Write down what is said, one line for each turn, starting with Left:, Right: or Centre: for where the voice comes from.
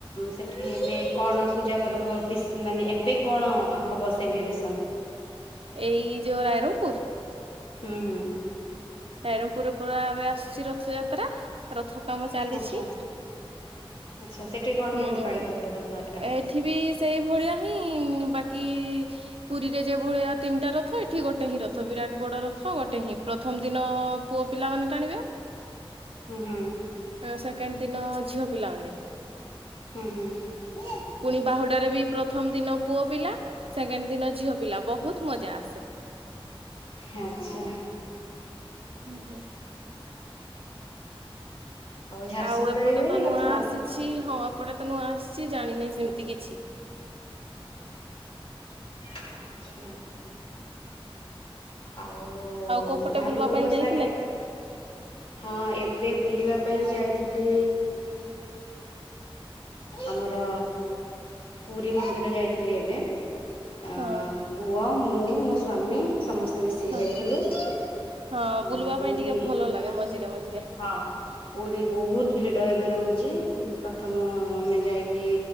Left: ସେଠି ଏବେ କଣ ପୂଜା ପର୍ବ ବିସ୍ ମାନେ ଏବେ କଣ ହବ? ବସଲିରେସନ।
Right: ଏଇ ଯୋଉ ରାଇରଙ୍ଗପୁର୍।
Left: ହୁଁ ହୁଁ।
Right: ରାଇରଙ୍ଗପୁର୍ରେ ପୁରା ଏବେ ଆସିଛି ରଥଯାତ୍ ଯାତା ରଥ କାମ ଚାଲିଛି।
Left: ଆଚ୍ଛା ଆଚ୍ଛା ସେଠି କଣ
Right: ହୁଁ
Left: କେମିତି ପାଳିତ ହୁଏ ରଥଯାତ୍ରା?
Right: ଏଠ ବିି ସେଇ ଭଳିଆ। ବାକି ପୁରୀରେ ଯେ ଭଳିଆ ତିନିଟା ରଥ୍ ଏଠି ଗୋଟେ ହିଁ ରଥ ବିରାଟ ବଡ ରଥ ଗୋଟେ ହିଁ ପ୍ରଥମ ଦିନ ପୁଅ ପିଲାମାନୋନେ ଟାଣିବେ।
Left: ହୁଁ ହୁଁ।
Right: ସେକେଣ୍ଡ ଦିନ ଝିଅ ପିଲାମାନେ।
Left: ହୁଁ ହୁଁ।
Right: ପୁଣି ବାହୁଡାରେ ବି ପ୍ରଥମ ଦିନ। ପୁଅ ପିଲା ସେକେଣ୍ଡ ଦିନ ଝିଅ ପିଲା ବହୁତ ମଜା ଆସେ।
Left: ଆ୍ଛା।
Right: ହଁ।
Left: ଝାରସୁଗୁଡାରେ
Right: ଆଉ ଏପଟେ
Left: ହୁଏନି
Right: ତ ନୂଆ
Left: ରଥ
Right: ଆସିଛି ହଁ। ଏପଟେ ତ ନୁ ଆସିଛି ଜାଣିନହିଁ ସେମିତି କିଛି।
Left: ଆଛା। ଆଉ
Right: କୋଉପଟେ
Left: ଭାଲୁକଣିବ
Right: ବୁଲିବା ପାଇଁ ଯାଇଥିଲେ
Left: ସାରିକା। ହଁ ଏବେ ବୁଲିବା ପାଇଁ ଯାଇଥିଲି ଆମର ପୁରୀ ମନ୍ଦିର ଯାଇଥିଲି ଏବେ। ଅ
Right: ହଁ
Left: ପୁଅ ମୁଁ ମୋ ସ୍ଵାମୀ ସମସ୍ତେ ମିଶିକି
Right: ହଁ
Left: ଯାଇଥିଲୁ ଅ
Right: ହଁ ବୁଲିବା ପାଇଁ
Left: ପୁରୀ
Right: ଟିକେ ଭଲ
Left: ହଁ
Right: ଲାଗେ ମଝିରେ ମଝିରେ
Left: ପୁରୀ ବହୁତ ଭିଡ ଏବେ ଏବେ ରହୁଛି ପ୍ରଥମ ଆମେ ଯାଇକି